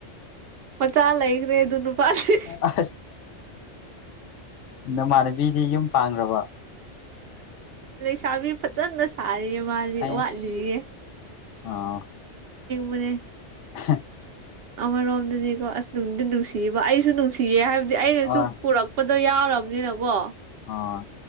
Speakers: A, on the right; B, on the left.
A: ꯃꯆꯥ ꯂꯩꯈ꯭ꯔꯦ ꯑꯗꯨ ꯅꯨꯄꯥꯁꯦ
B: ꯑ ꯅꯃꯥꯟꯅꯕꯤꯗꯤ ꯌꯨꯝ ꯄꯥꯡꯈ꯭ꯔꯕ
A: ꯂꯩꯁꯥꯕꯤ ꯐꯖꯅ ꯁꯥꯔꯤꯌꯦ ꯃꯥꯜꯂꯤ
B: ꯑꯩꯁ
A: ꯋꯥꯠꯂꯤꯌꯦ
B: ꯑꯥ
A: ꯃꯅꯦ
B: <inaudible>
A: ꯑꯃꯔꯣꯝꯗꯗꯤꯀꯣ ꯑꯁ ꯅꯨꯡꯗꯤ ꯅꯨꯡꯁꯤꯕ ꯑꯩꯁꯨ ꯅꯨꯡꯁꯤꯌꯦ ꯍꯥꯏꯕꯗꯤ ꯑꯩꯅꯁꯨ
B: ꯑꯥ
A: ꯄꯨꯔꯛꯄ ꯑꯣ ꯌꯥꯎꯔꯕꯅꯤꯅꯀꯣ
B: ꯑꯥ